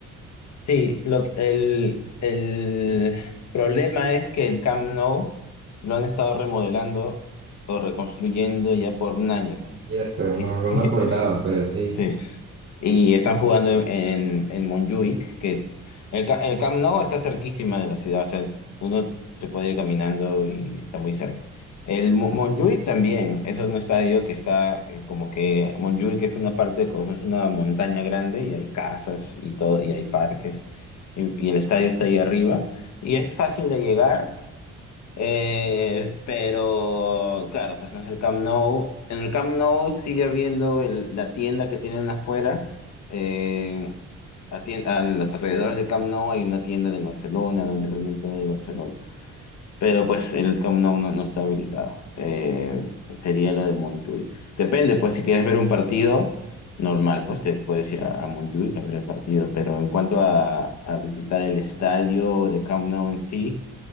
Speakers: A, on the left (about 65°); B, on the right (about 50°).
A: Sí, lo, el, el problema es que el Camp Nou lo han estado remodelando o reconstruyendo ya por un año.
B: Es cierto,
A: Y,
B: no,
A: sí,
B: no me acordaba, pero sí.
A: <laughs> sí. Y están jugando en, en, en Montjuic, que el, ca- el Camp Nou está cerquísima de la ciudad, o sea, uno se puede ir caminando y está muy cerca. El Mo- Montjuic también, eso es un estadio que está eh, como que Montjuic es una parte, como es una montaña grande y hay casas y todo, y hay parques, y, y el estadio está ahí arriba, y es fácil de llegar. Eh, pero claro, pues no es el Camp Nou. En el Camp Nou sigue habiendo el- la tienda que tienen afuera. Eh, a, tien- a los alrededores del Camp Nou hay una tienda de Barcelona donde venden todo de Barcelona. Pero pues el Camp Nou no, no está habilitado. Eh, sería lo de Montjuic. Depende, pues si quieres ver un partido normal, pues te puedes ir a, a Montjuic a ver el partido. Pero en cuanto a, a visitar el estadio de Camp Nou en sí,